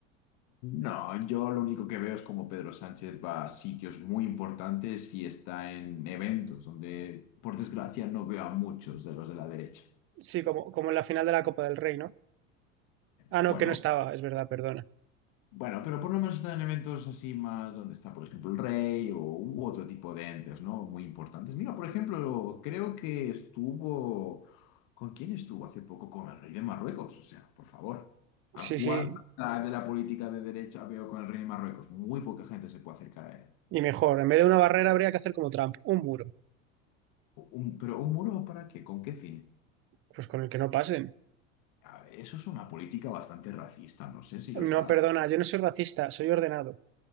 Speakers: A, on the left; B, on the right.
A: No, yo lo único que veo es como Pedro Sánchez va a sitios muy importantes y está en eventos donde, por desgracia, no veo a muchos de los de la derecha.
B: Sí, como, como en la final de la Copa del Rey, ¿no? Ah,
A: Bueno,
B: no, que no estaba, es verdad, perdona.
A: bueno, pero por lo menos está en eventos así más donde está, por ejemplo, el rey o u otro tipo de entes, ¿no? Muy importantes. Mira, por ejemplo, creo que estuvo... ¿Con quién estuvo hace poco? Con el rey de Marruecos. O sea, por favor. ¿A
B: Sí,
A: cuánta
B: sí,
A: de la política de derecha veo con el rey de Marruecos? Muy poca gente se puede acercar a él.
B: y mejor, en vez de una barrera habría que hacer como Trump, un muro,
A: Un- pero un muro para qué? ¿Con qué fin?
B: pues con el que no pasen.
A: A ver, Eso es una política bastante racista, no sé si lo está.
B: No, perdona, yo no soy racista, soy ordenado.